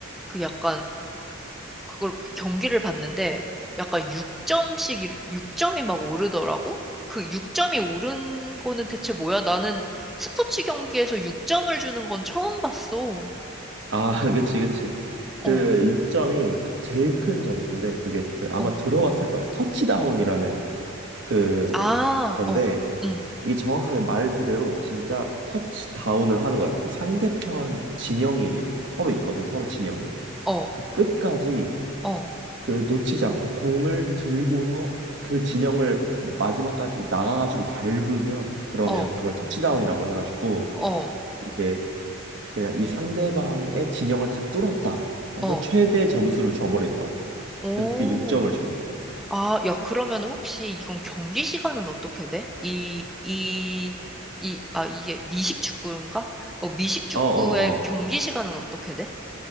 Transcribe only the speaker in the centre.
그 약간 그걸 경기를 봤는데 약간 6점씩 6점이 막 오르더라고. 그 6점이 오른 거는 대체 뭐야? 나는 스포츠 경기에서 6점을 주는 건 처음 봤어.
어,
어.
아,
어. 음.
어,
어.
어.
어.
어.
오.
아, 야, 그러면 혹시 이건 경기 시간은 어떻게 돼? 이, 이, 이, 아, 이게 미식축구인가? 어, 미식축구의
경기 시간은 어떻게 돼?